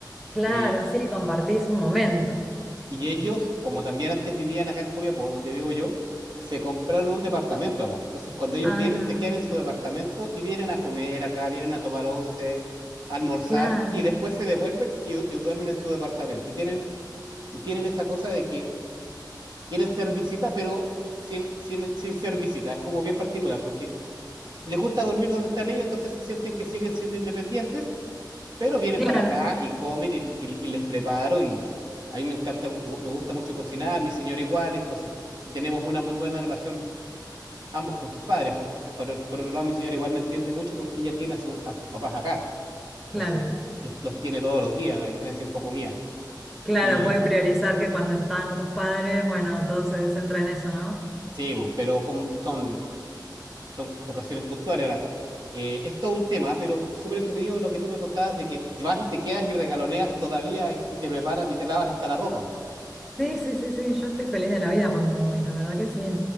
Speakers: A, in the centre; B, on the right.
A: Claro,
B: Eh,
A: sí, compartís un momento.
B: Y ellos, como también antes vivían acá en Copiapó, donde vivo yo, se compraron un departamento acá. Entonces, cuando ellos
A: Ah,
B: vienen, se quedan en su departamento y vienen a comer acá, vienen a tomar once, a almorzar
A: claro,
B: y después se devuelven y, y duermen en su departamento. Y tienen, y tienen esa cosa de que quieren ser visita, pero sin, sin, sin ser visita. Es como bien particular, porque les gusta dormir donde están ellos, entonces se sienten que siguen siendo independientes, pero vienen
A: claro,
B: para acá y comen y, y, y, les preparo y a mí me encanta, me gusta mucho cocinar, mi señora igual, entonces y tenemos una muy buena relación ambos con sus padres. Por, por, por otro lado, mi señora igual me entiende mucho porque ella tiene a, su, a sus papás acá, entonces
A: claro,
B: los, los, tiene todos los días, la diferencia un poco mía.
A: claro,
B: Y
A: puede priorizar que cuando están tus padres, bueno, todo se centra en eso, ¿no?
B: sí, pues, pero con, son, son ocasiones puntuales. Ahora, eh, es todo un tema, pero es súper entretenido lo que tú me contabas de que vas y te quedas y regaloneas todavía y, y te preparan y te lavas hasta la ropa.
A: Sí, sí, sí, sí, yo estoy feliz de la vida cuando voy, la verdad que sí.